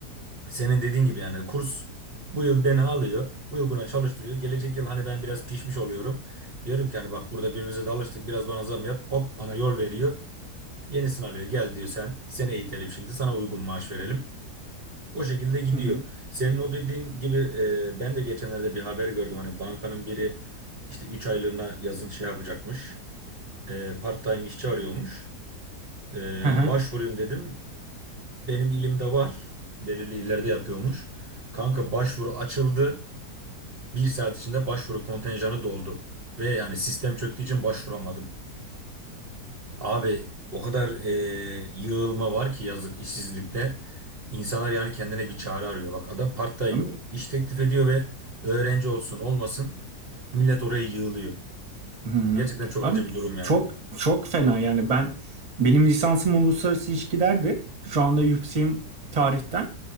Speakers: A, on the right; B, on the right.
A: Senin dediğin gibi yani kurs bu yıl beni alıyor. Uyguna çalıştırıyor. Gelecek yıl hani ben biraz pişmiş oluyorum. Diyorum ki hani bak burada birbirimize de alıştık biraz bana zam yap. Hop bana yol veriyor. Yenisini alıyor. Gel diyor sen. Seni eğitelim şimdi. Sana uygun maaş verelim. O şekilde gidiyor.
B: Hı hı.
A: Senin o dediğin gibi e, ben de geçenlerde bir haber gördüm. Hani bankanın biri işte 3 aylığına yazın şey yapacakmış. E, part-time işçi arıyormuş. E,
B: Hı
A: başvurayım dedim. Benim ilimde var. Belirli illerde yapıyormuş. Kanka başvuru açıldı. Bir saat içinde başvuru kontenjanı doldu. Ve yani sistem çöktüğü için başvuramadım. Abi o kadar e, yığılma var ki yazık işsizlikte. İnsanlar yani kendine bir çare arıyor. Bak adam part-time
B: hı. <laughs>
A: iş teklif ediyor ve öğrenci olsun olmasın millet oraya yığılıyor.
B: Hı hı.
A: Gerçekten çok
B: Abi
A: acı bir durum yani.
B: çok çok fena yani ben benim lisansım uluslararası ilişkilerdi. Şu anda yükseğim tarihten.